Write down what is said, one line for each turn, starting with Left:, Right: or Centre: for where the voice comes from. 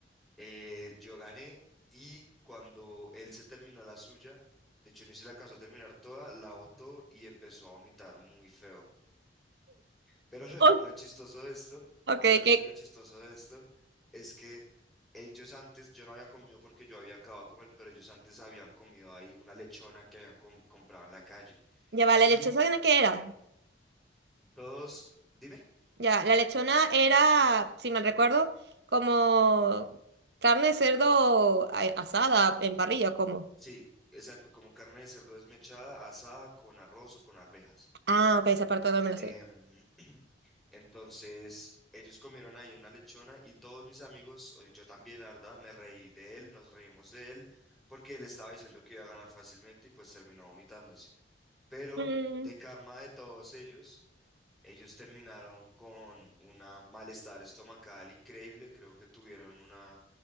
Centre: eh, yo gané y cuando él se terminó la suya, de hecho no se la alcanzó a terminar toda, la botó y empezó a vomitar muy feo. Pero <laughs> lo,
Right: Oh,
Centre: lo chistoso de esto,
Right: Ok,
Centre: realmente
Right: que
Centre: lo chistoso de esto, es que ellos antes, yo no había comido porque yo había acabado de comer, pero ellos antes habían comido ahí una lechona que habían com- comprado en la calle.
Right: ya va, la
Centre: Y
Right: lechona qué era?
Centre: todos, dime,
Right: Ya, la lechona era, si mal recuerdo, como carne de cerdo a- asada en parrilla, como.
Centre: sí, exacto, como carne de cerdo desmechada, asada con arroz o con arvejas.
Right: Ah, ok, esa parte no me la
Centre: Em,
Right: sé.
Centre: <clears throat> entonces, ellos comieron ahí una lechona y todos mis amigos, o yo también, la verdad, me reí de él, nos reímos de él, porque él estaba diciendo que iba a ganar fácilmente y pues terminó vomitándose. Pero
Right: Mm,
Centre: de karma de todos ellos, ellos terminaron con un malestar estomacal increíble, creo que tuvieron una